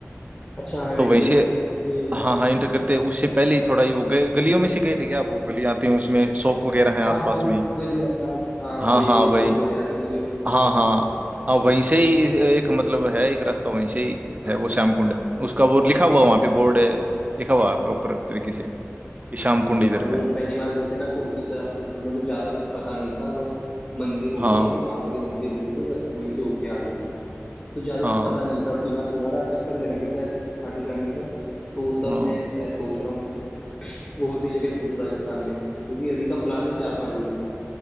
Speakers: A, on the left; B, on the right.
A: अच्छा हम
B: तो
A: एंटर
B: वहीं से
A: करते हैं उसके
B: हाँ
A: बाद
B: हाँ एंटर करते हैं उससे पहले ही थोड़ा ही वो गए- गलियों में से गए थे क्या आप वो गली आते हैं उसमें शॉप वगैरह हैं आसपास
A: हाँ हाँ
B: में
A: वो गली आज हाँ
B: हाँ
A: वही
B: हाँ
A: वही
B: भाई
A: सोप वगैरह थी गलियों में से गया
B: हाँ
A: था
B: हाँ हाँ वहीं से ही इस- एक मतलब है एक रास्ता वहीं से ही है वो श्याम कुंड उसका वो लिखा हुआ वहाँ पे बोर्ड है लिखा हुआ है प्रॉपर तरीके से कि श्याम कुंड
A: अच्छा
B: इधर
A: वो
B: है
A: पहली बार गए थे ना तो इस, इस सब मतलब ज्यादा कुछ पता नहीं था बस मंदिर होके
B: हाँ
A: बाबा के मंदिर गए थे बस वहीं से होके आ गए तो ज्यादा
B: हाँ
A: कुछ पता नहीं था अब की बार दोबारा चक्कर लगेगा शायद खाटू श्याम जी का तो तब
B: हाँ
A: मैं शायद सोच रहा हूँ कि <clears throat> और भी जगह घूमू राजस्थान में क्योंकि अभी का प्लान है चार पांच दिन का